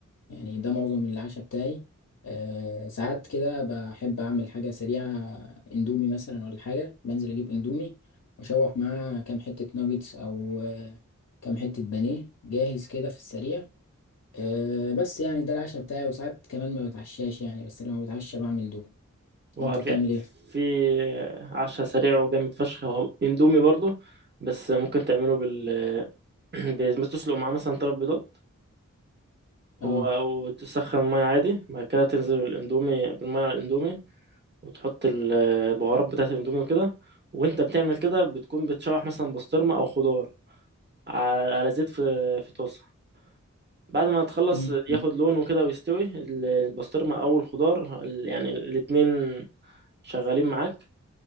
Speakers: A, on the left (about 55°); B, on the right (about 35°).
A: يعني ده معظم العشاء بتاعي آه، ساعات كده بحب اعمل حاجه سريعه اندومي مثلا ولا حاجه بنزل اجيب اندومي واشوح معاه كام حته ناجتس او آه، كام حته بانيه جاهز كده في السريع آه، بس يعني ده العشاء بتاعي وساعات كمان ما بتعشاش يعني بس لما بتعشى بعمل دول
B: هو
A: انت
B: في
A: بتعمل ايه
B: في عشاء سريع وجامد فشخ هو اندومي برضو بس ممكن تعمله بال <clears throat> بس تسلق معاه مثلا تلات بيضات
A: اه
B: هو وتسخن المية عادي بعد كده تنزل الاندومي بالمية على الاندومي وتحط ال- البهارات بتاعة الاندومي وكده وانت بتعمل كده بتكون بتشوح مثلا بسطرمة او خضار على على زيت في في طاسة بعد ما تخلص
A: مم.
B: ياخد لون وكده ويستوي البسطرمة او الخضار ال- يعني الاتنين شغالين معاك